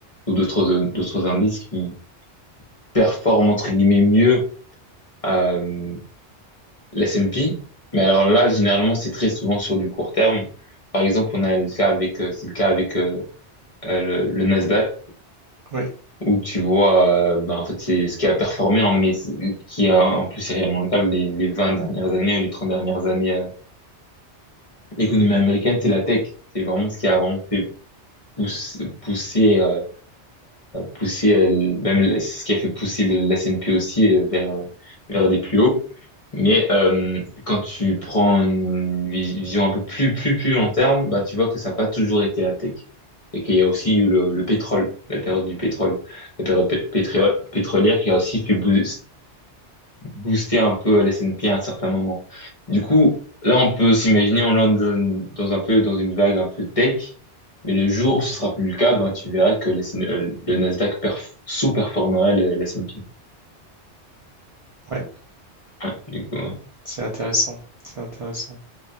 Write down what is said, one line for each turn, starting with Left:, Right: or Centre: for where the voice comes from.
Left: ou d'autres euh, d'autres indices qui performent entre guillemets mieux Euh, l'S and P Mais alors là, généralement, c'est très souvent sur du court terme. Par exemple, on a le cas avec, euh, c'est le cas avec euh, euh, le, le Nasdaq,
Right: Oui,
Left: où tu vois, euh, ben, en fait, c'est ce qui a performé, en, mais c'est- qui a, en plus, c'est réellement le cas, les, les 20 dernières années ou les 30 dernières années, euh, l'économie américaine, c'est la tech. C'est vraiment ce qui a vraiment fait pousser pousser, euh, pousser euh, le- même le- c'est ce qui a fait pousser le- la CNP aussi euh, vers euh, vers des plus hauts. Mais euh, quand tu prends une vis- vision un peu plus plus plus long terme, bah tu vois que ça n'a pas toujours été la tech et qu'il y a aussi eu le, le pétrole, la période du pétrole, la période pé- pétriole- pétrolière qui a aussi fait bou- booster un peu la S and P à un certain moment. Du coup, là, on peut s'imaginer, on lance dans, dans un peu, dans une vague un peu tech, mais le jour où ce sera plus le cas, ben, tu verras que la S&P, euh, le Nasdaq perf- sous-performera le, la S&P.
Right: ouais,
Left: Ouais, du coup, ouais.
Right: c'est intéressant. C'est intéressant.